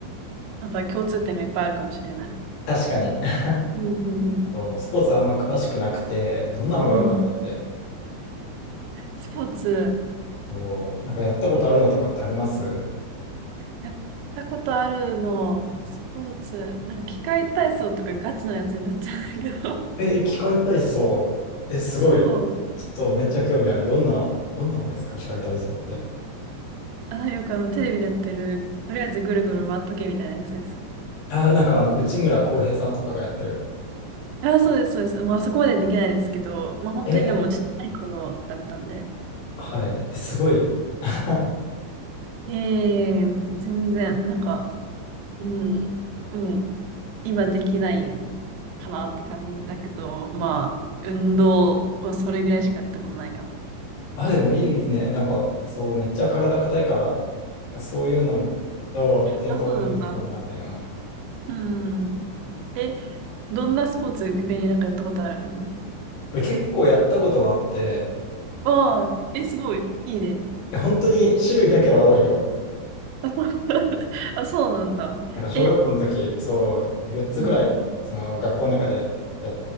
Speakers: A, on the right; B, on the left.
A: なんか共通点がいっぱいあるかもしれない。
B: 確かに。<laughs>
A: うんうんう
B: そうスポーツあんま詳しくなくて、どんなのがあるかなって。
A: ん。うん。スポーツ、
B: そうなんかやったことあるのとかってあります
A: やったことあるの、スポーツ、なんか器械体操とかガチのやつになっちゃうんだけど、
B: え、機械体操。え、すごい。
A: <laughs> そう、
B: ちょっとめっちゃ興味ある。どんな、どんなのですか機械体操って。
A: あ、よくあの、テレビでやってる、とりあえずぐるぐる回っとけみたいなやつです。
B: あ、なんかあの、内村航平さんとかがやってる。
A: あ、そうです、そうです。まあ、そこまでできないですけど、まあ、本当にでも、
B: え
A: ちっちゃい頃だったんで。
B: ー、はい。えすごい。<laughs>
A: ええ全然、なんか、うん、もう、今できないかなって感じだけど、まあ、運動はそれぐらいしかやったことないかな。
B: あ、でもいいね。なんか、そう、めっちゃ体硬いから、そういうのも、そう、健康に良さそうだなって。
A: あ、そうなんだ。
B: うん。
A: うん。え、どんなスポーツ逆になんかやったことあるの
B: 俺結構やったことはあって、
A: ああ、え、すごい。いいね。
B: いや本当に種類だけは多いよ。
A: <laughs> あ、そうなんだ。
B: なんか小学校の時、
A: え、
B: そう、4つくらい、
A: うん。
B: その学校の中でや、